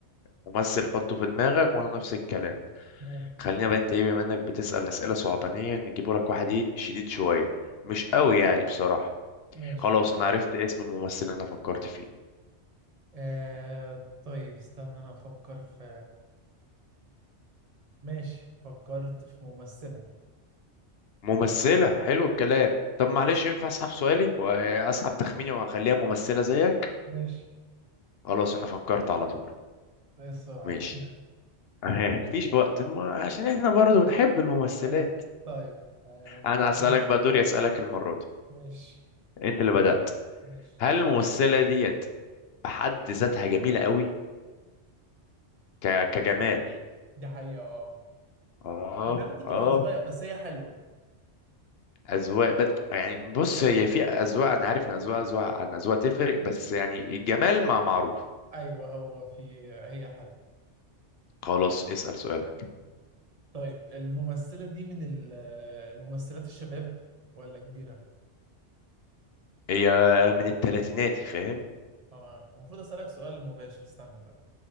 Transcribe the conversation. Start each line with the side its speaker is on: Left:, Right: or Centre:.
Left: ممثل حطه في دماغك وانا نفس الكلام
Right: ماشي
Left: خلينا بقى انت ايه بما انك بتسأل اسئلة صعبانية نجيبه لك واحد ايه شديد شوية مش قوي يعني بصراحة
Right: ماشي
Left: خلاص انا عرفت اسم الممثل اللي انا فكرت فيه
Right: آه طيب استنى انا افكر في ماشي فكرت في ممثلة
Left: ممثلة حلو الكلام طب معلش ينفع اسحب سؤالي واسحب تخميني واخليها ممثلة زيك
Right: ماشي
Left: خلاص انا فكرت على طول
Right: ايه السرعة
Left: ماشي
Right: دي <laughs>
Left: اه <laughs> مفيش وقت ما عشان احنا برضو بنحب الممثلات
Right: ايوه طيب آه،
Left: انا هسألك بقى دوري اسألك المرة دي
Right: ماشي
Left: انت اللي بدأت
Right: ماشي
Left: هل الممثلة ديت بحد ذاتها جميلة قوي ك... كجمال
Right: دي حقيقة اه
Left: اه
Right: أو هي ممكن تبقى
Left: اه
Right: أذواق بس هي حلوة
Left: اذواق بس يعني بص هي في اذواق انا عارف ان اذواق اذواق عن اذواق تفرق بس يعني الجمال مع معروف
Right: أيوه هو في هي حلوة
Left: خلاص اسأل سؤالك
Right: طيب الممثلة دي من ال- الممثلات الشباب ولا كبيرة؟
Left: هي من التلاتيناتي فاهم
Right: اه المفروض أسألك سؤال مباشر استنى طيب